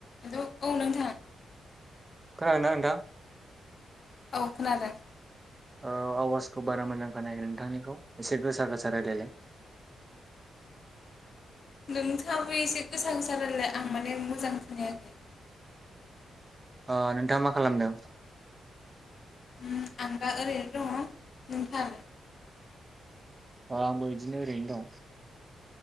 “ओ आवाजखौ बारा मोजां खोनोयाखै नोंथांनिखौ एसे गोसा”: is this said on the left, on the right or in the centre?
Right